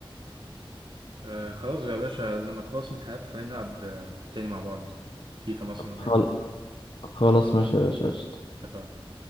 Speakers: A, on the right; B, on the left.
A: آه. خلاص يا باشا لما تخلص امتحانات خلينا نلعب آه، تاني مع بعض فيفا مثلا أو
B: خل-
A: أي حاجة
B: خلاص ماشي يا باشا قشطة.
A: اتفقنا